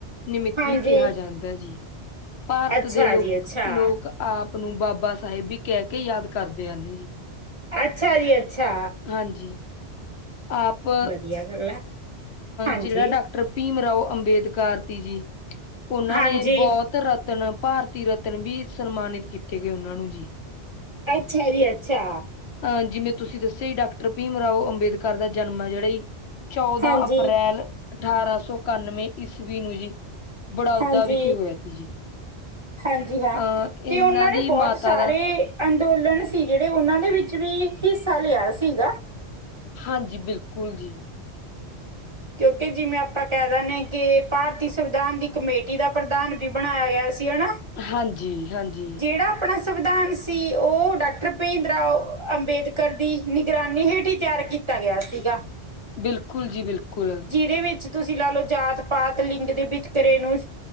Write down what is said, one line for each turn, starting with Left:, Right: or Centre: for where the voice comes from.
Left: ਨਿਮਿਤ
Right: ਹਾਂਜੀ,
Left: ਵੀ ਕਿਹਾ ਜਾਂਦਾ ਜੀ ਭਾਰਤ
Right: ਅੱਛਾ
Left: ਦੇ ਲੋਕ-
Right: ਜੀ ਅੱਛਾ।
Left: ਲੋਕ ਆਪ ਨੂੰ ਬਾਬਾ ਸਾਹਿਬ ਵੀ ਕਹਿ ਕੇ ਯਾਦ ਕਰਦੇ ਹਨ ਜੀ।
Right: ਅੱਛਾ ਜੀ ਅੱਛਾ,
Left: ਹਾਂਜੀ, ਆਪ
Right: ਵਧੀਆ ਗੱਲ ਹੈ ਹਾਂਜੀ।
Left: ਜਿਹੜਾ ਡਾ ਟਰ ਭੀਮ ਰਾਓ ਅੰਬੇਦਕਰ ਤੀ ਜੀ, ਉਹਨਾਂ
Right: ਹਾਂਜੀ,
Left: ਨੇ ਬਹੁਤ ਰਾ ਰਤਨ ਭਾਰਤੀ ਰਤਨ ਵੀ ਸਨਮਾਨਿਤ ਕੀਤੇ ਗਏ ਉਹਨਾਂ ਨੂੰ ਜੀ
Right: ਅੱਛਾ ਜੀ ਅੱਛਾ
Left: ਅਹ ਜਿਵੇਂ ਤੁਸੀਂ ਦੱਸਿਆ ਹੀ ਡਾਕਟਰ ਭੀਮ ਰਾਓ ਅੰਬੇਦਕਰ ਦਾ ਜਨਮ ਹੈ ਜਿਹੜਾ ਹੀ। ਚੌਦਾਂ
Right: ਹਾਂਜੀ,
Left: ਅਪ੍ਰੈਲ ਅਠਾਰਾਂ ਸੌ ਇਕਾਨਵੇਂ ਈਸਵੀ ਨੂੰ ਜੀ ਬੜੌਦਰਾ
Right: ਹਾਂਜੀ।
Left: ਵਿਖੇ ਹੋਇਆ ਸੀ ਜੀ
Right: ਹਾਂਜੀ ਹਾਂ
Left: ਅਹ ਇਹਨਾਂ
Right: ਤੇ ਉਹਨਾਂ ਨੇ
Left: ਦੀ
Right: ਬਹੁਤ
Left: ਮਾਤਾ
Right: ਸਾਰੇ
Left: ਦਾ
Right: ਅੰਦੋਲਨ ਸੀ ਜਿਹੜੇ ਉਹਨਾਂ ਦੇ ਵਿੱਚ ਵੀ ਹਿੱਸਾ ਲਿਆ ਸੀਗਾ
Left: ਹਾਂਜੀ ਬਿਲਕੁਲ ਜੀ
Right: ਕਿਉਂਕਿ ਜਿਵੇਂ ਆਪਾਂ ਕਹਿ ਦਿੰਦੇ ਹਾਂ ਕਿ ਭਾਰਤੀ ਸੰਵਿਧਾਨ ਦੀ ਕਮੇਟੀ ਦਾ ਪ੍ਰਧਾਨ ਵੀ ਬਣਾਇਆ ਗਿਆ ਸੀ ਹਨਾ
Left: ਹਾਂਜੀ ਹਾਂਜੀ,
Right: ਜਿਹੜਾ ਆਪਣਾ ਸੰਵਿਧਾਨ ਸੀ ਉਹ ਡਾਕਟਰ ਭੀਮ ਰਾਓ ਅੰਬੇਦਕਰ ਦੀ ਨਿਗਰਾਨੀ ਹੇਠ ਹੀ ਤਿਆਰ। ਕੀਤਾ ਗਿਆ ਸੀਗਾ
Left: ਬਿਲਕੁਲ ਜੀ ਬਿਲਕੁਲ
Right: ਜਿਹਦੇ ਵਿੱਚ ਤੁਸੀਂ ਲਾ ਲਓ ਜਾਤ -ਪਾਤ ਲਿੰਗ ਦੇ ਵਿਤਕਰੇ ਨੂੰ